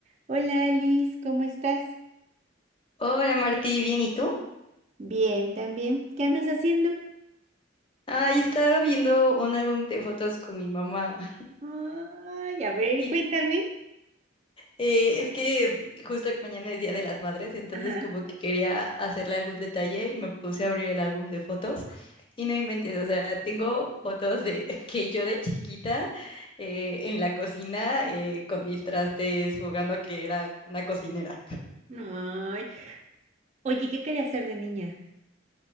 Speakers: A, on the right; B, on the left.
A: Hola Alice, ¿cómo estás?
B: Hola Martí, ¿bien y tú?
A: Bien, también. ¿Qué andas haciendo?
B: Ay, estaba viendo un álbum de fotos con mi mamá <laughs>
A: Ay, a ver,
B: y
A: cuéntame.
B: eh, es que justo mañana es Día de las Madres, entonces
A: Ajá.
B: como que quería hacerle algún detalle y me puse a abrir el álbum de fotos y no inventes, o sea, tengo fotos de <laughs> que yo de chiquita eh, en la cocina eh, con mis trastes jugando a que era una cocinera.
A: Ay. Oye, ¿qué quería hacer de niña?